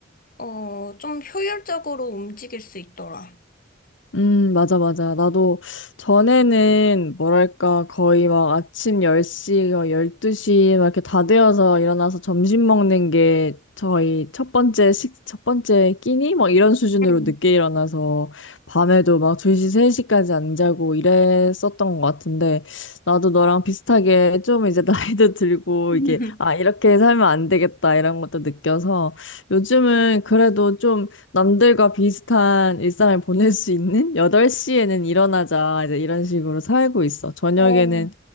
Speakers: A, on the left; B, on the left.
A: 어, 좀 효율적으로 움직일 수 있더라.
B: 음, 맞아, 맞아. 나도 전에는 뭐랄까, 거의 막 아침 10시, 12시 막 이렇게 다 되어서 일어나서 점심 먹는 게 저희 첫 번째 식, 첫 번째 끼니? 막 이런 수준으로
A: 음.
B: 늦게 일어나서 밤에도 막 2시, 3시까지 안 자고 이랬었던 것 같은데 나도 너랑 비슷하게 좀 이제 <laughs> 나이도 들고
A: <laughs>
B: 이게 아, 이렇게 살면 안 되겠다 이런 것도 느껴서 요즘은 그래도 좀 남들과 비슷한 일상을 보낼 수 있는 8시에는 일어나자 이제 이런 식으로 살고 있어. 저녁에는
A: 어,